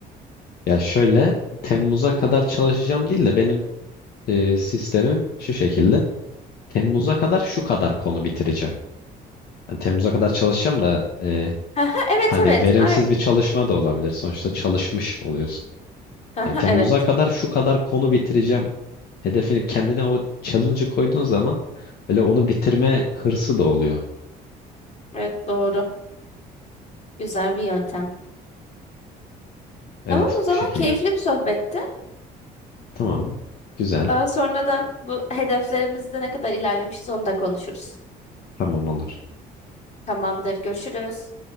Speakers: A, on the left (about 65°); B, on the left (about 40°).
A: Ya şöyle Temmuz'a kadar çalışacağım değil de benim e, sistemim şu şekilde. Temmuz'a kadar şu kadar konu bitireceğim. Yani Temmuz'a kadar çalışacağım da e,
B: Haha, Evet
A: hani
B: evet.
A: verimsiz
B: Ay,
A: bir çalışma da olabilir. Sonuçta çalışmış oluyorsun.
B: haha,
A: Hani Temmuz'a
B: evet.
A: kadar şu kadar konu bitireceğim. Hedefini kendine o challenge'ı koyduğun zaman böyle onu bitirme hırsı da oluyor.
B: Evet doğru. Güzel bir yöntem.
A: Evet
B: Tamam o zaman
A: bu şekilde.
B: keyifli bir sohbetti.
A: Tamam. Güzel.
B: Daha sonradan bu hedeflerimizde ne kadar ilerlemişiz onu da konuşuruz.
A: Tamam olur.
B: Tamamdır. Görüşürüz.